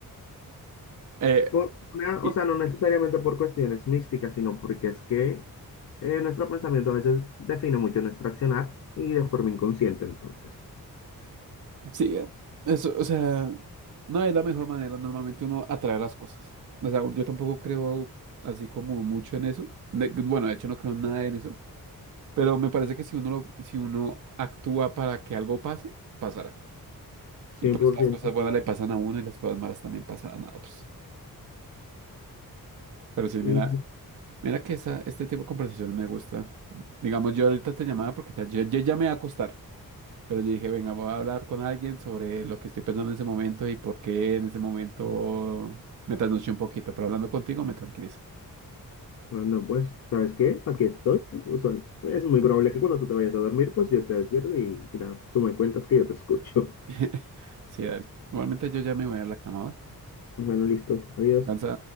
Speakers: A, on the right; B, on the left.
A: Eh,
B: por una,
A: y-
B: o sea, no necesariamente por cuestiones místicas, sino porque es que eh, nuestro pensamiento a veces define mucho nuestro accionar y de forma inconsciente, entonces.
A: sí, eso, o sea... No es la mejor manera normalmente uno atrae las cosas. O sea, yo tampoco creo así como mucho en eso. De- bueno, de hecho no creo nada en eso. Pero me parece que si uno, lo- si uno actúa para que algo pase, pasará.
B: 100%.
A: Y pues las cosas buenas le pasan a uno y las cosas malas también pasarán a otros. Pero sí,
B: Y
A: mira, mira que esa, este tipo de conversaciones me gusta. Digamos, yo ahorita te llamaba porque ya, ya, ya ya me voy a acostar. Pero yo dije, venga, voy a hablar con alguien sobre lo que estoy pensando en ese momento y por qué en ese momento me trasnoché un poquito, pero hablando contigo me tranquiliza.
B: Ah, no, pues, ¿sabes qué? Aquí estoy. Usual- Es muy probable que cuando tú te vayas a dormir, pues yo esté despierto y, y nada, tú me cuentas que yo te escucho. <laughs>
A: <laughs> Sí, dale. Igualmente yo ya me voy a la cama, ¿va?
B: Bueno, listo. Adiós.
A: Descansa.